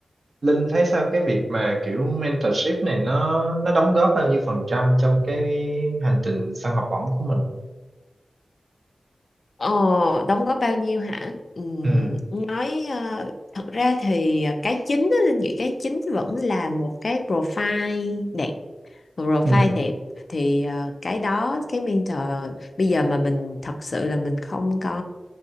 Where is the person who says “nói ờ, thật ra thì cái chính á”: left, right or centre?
Left